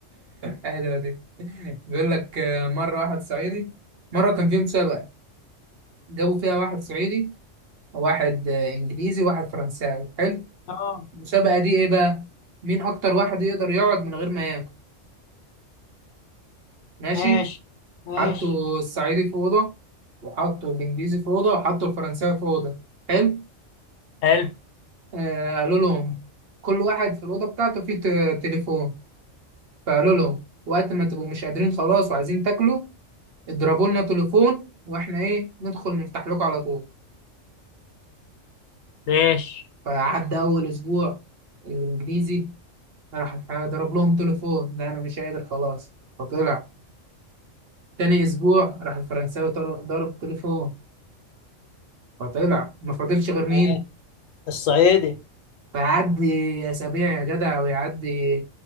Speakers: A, on the right (about 55°); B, on the left (about 80°).
A: حلوة دي بيقول لك آه، مرة واحد صعيدي مرة كان في مسابقة جابوا فيها واحد صعيدي واحد آه، انجليزي وواحد فرنساوي حلو
B: اه
A: المسابقه دي ايه بقى مين اكتر واحد يقدر يقعد من غير ما ياكل ماشي
B: ماشي ماشي
A: حطوا الصعيدي في اوضه وحطوا الانجليزي في اوضه وحطوا الفرنساوي في اوضه حلو
B: حلو
A: آه قالوا لهم كل واحد في الاوضه بتاعته فيه ت- تليفون فقالوا لهم وقت ما تبقوا مش قادرين خلاص وعايزين تاكلوا اضربوا لنا تليفون واحنا ايه ندخل نفتح لكم على طول
B: ماشي
A: فعدى اول اسبوع الانجليزي راح ضرب لهم تليفون لا انا مش قادر خلاص فطلع تاني اسبوع راح الفرنساوي طر- ضرب تليفون فطلع ما فاضلش غير
B: ماشي
A: مين
B: الصعيدي
A: فيعدي اسابيع يا جدع ويعدي